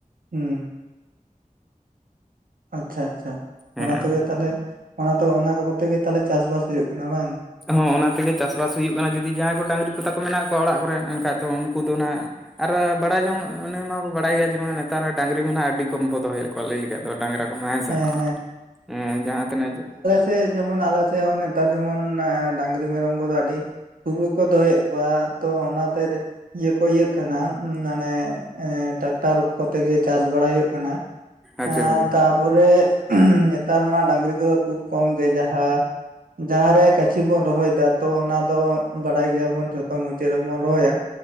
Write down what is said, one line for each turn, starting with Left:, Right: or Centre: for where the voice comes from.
Right: ᱦᱩᱸ᱾ ᱟᱪᱪᱷᱟ ᱟᱪᱪᱷᱟ
Centre: ᱦᱮᱸ
Right: ᱚᱱᱟ ᱛᱮᱜᱮ ᱛᱟᱦᱚᱞᱮ ᱚᱱᱟ ᱛᱚ ᱚᱱᱟ ᱠᱚ ᱠᱚᱛᱮ ᱜᱮ ᱛᱟᱦᱚᱞᱮ ᱪᱟᱥ ᱵᱟᱥ ᱦᱩᱭᱩᱜ ᱠᱟᱱᱟ ᱵᱟᱝ?
Centre: ᱦᱚᱸ ᱚᱱᱟ ᱛᱮᱜᱮ ᱪᱟᱥᱼᱵᱟᱥ ᱦᱩᱭᱩᱜ ᱠᱟᱱᱟ ᱡᱩᱫᱤ ᱡᱟᱦᱟᱸᱭ ᱠᱚ ᱰᱟᱹᱝᱨᱤ ᱠᱚ ᱛᱟᱠᱚ ᱢᱮᱱᱟᱜ ᱠᱚᱣᱟ ᱚᱲᱟᱜ ᱠᱚᱨᱮᱱ ᱮᱱᱠᱷᱟᱡ ᱫᱚ ᱩᱱᱠᱩ ᱫᱚ ᱱᱟᱦᱟᱸᱜ ᱟᱨ ᱵᱟᱲᱟᱭ ᱡᱚᱝ ᱚᱱᱮ ᱢᱟᱵᱚᱱ ᱵᱟᱲᱟᱭ ᱜᱮᱭᱟ ᱡᱮᱢᱚᱱ ᱱᱮᱛᱟᱨ ᱰᱟᱝᱨᱤ ᱢᱟ‌ ᱱᱟᱦᱟᱸᱜ ᱟᱹᱰᱤ ᱠᱚᱢ ᱵᱚ ᱫᱚᱦᱚᱭᱮᱜ ᱠᱚᱣᱟ ᱞᱟᱹᱭ ᱞᱮᱠᱷᱟᱡ ᱫᱚ ᱰᱟᱝᱨᱟᱠᱼᱼ ᱢᱮᱸ ᱥᱟ
Right: ᱦᱮᱸ
Centre: ᱮᱸ ᱡᱟᱦᱟᱸ ᱛᱤᱱᱟᱹᱜᱼᱼ
Right: ᱛᱮᱭ ᱡᱮᱢᱚᱱ ᱟᱞᱮ ᱥᱮᱜ ᱦᱚᱸ ᱱᱮᱛᱟᱨ ᱡᱮᱢᱚᱱ ᱮᱻ ᱰᱟᱝᱨᱤ ᱢᱮᱨᱚᱢ ᱠᱚᱫᱚ ᱟᱰᱤᱼᱼ ᱠᱩᱵᱩ ᱠᱚ ᱫᱚᱦᱚᱭᱮᱜ ᱠᱚᱣᱟ ᱛᱚ ᱚᱱᱟ ᱛᱮᱼᱼ ᱤᱭᱟᱹ ᱠᱚ ᱤᱭᱟᱹᱜ ᱠᱟᱱᱟ ᱩᱸ ᱢᱟᱱᱮ ᱮᱸ ᱴᱨᱟᱠᱴᱟᱨ ᱠᱚᱛᱮ ᱜᱮ ᱪᱟᱥ ᱵᱟᱲᱟ ᱦᱳᱭᱳᱜ ᱠᱟᱱᱟ᱾
Centre: ᱟᱪᱪᱷᱟ
Right: ᱟᱸ
Centre: ᱟᱪᱪᱷᱟ
Right: ᱛᱟᱯᱚᱨᱮ ᱷᱩᱸᱦ ᱱᱮᱛᱟᱨ ᱢᱟ ᱰᱟᱝᱨᱤ ᱠᱚᱫᱚ ᱠᱷᱩᱵᱷ ᱠᱚᱢ ᱜᱮ ᱡᱟᱦᱟᱸᱼᱼ ᱡᱟᱦᱟᱸ ᱨᱮ ᱜᱟᱹᱪᱷᱤ ᱵᱚᱱ ᱨᱚᱦᱚᱭ ᱫᱟ ᱛᱚ ᱚᱱᱟ ᱫᱚ ᱵᱟᱲᱟᱭ ᱜᱮᱭᱟ ᱵᱚᱱ ᱡᱷᱚᱛᱚ ᱢᱩᱪᱟᱹᱫ ᱨᱮᱵᱚᱱ ᱨᱚᱦᱚᱭᱟ